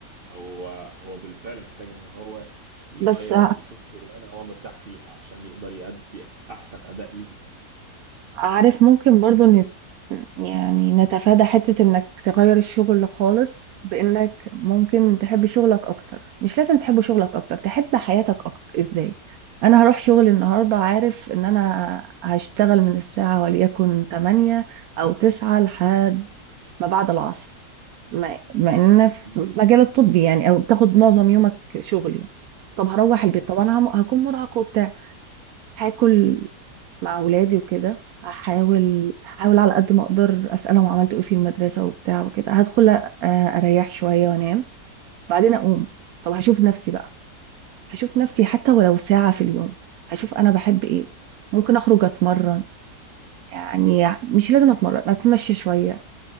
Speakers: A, on the right; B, on the right.
A: هو هو بالفعل محتاج ان هو يغير
B: بس
A: يشوف شغلانة هو مرتاح فيها عشان يقدر يأدي احسن اداء ليه
B: عارف ممكن برضو نت... يعني نتفادى حتة انك تغير الشغل خالص بانك ممكن تحب شغلك اكتر مش لازم تحب شغلك اكتر تحب حياتك اكتر ازاي انا هروح شغلي النهاردة عارف ان انا هشتغل من الساعة وليكن 8 او 9 لحد ما بعد العصر مع مع ان
A: مهم.
B: في المجال الطبي يعني او بتاخد معظم يومك شغل يعني طب هروح
A: أها.
B: البيت طب انا هم- هكون مرهقة وبتاع هاكل مع ولادي وكده هحاول هحاول على قد ما اقدر اسالهم عملتوا ايه في المدرسه وبتاع وكده هدخل أ- اريح شويه وانام بعدين اقوم طب هشوف نفسي بقى هشوف نفسي حتى ولو ساعه في اليوم هشوف انا بحب ايه ممكن اخرج اتمرن يعني مش لازم اتمرن اتمشى شويه